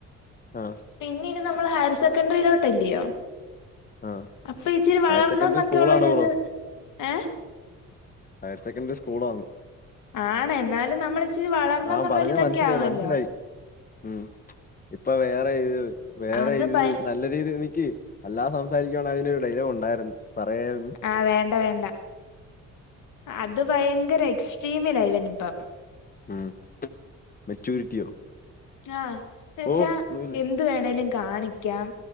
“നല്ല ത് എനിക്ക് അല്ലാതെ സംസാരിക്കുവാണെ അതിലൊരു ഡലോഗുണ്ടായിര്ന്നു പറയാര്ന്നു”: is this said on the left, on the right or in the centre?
Left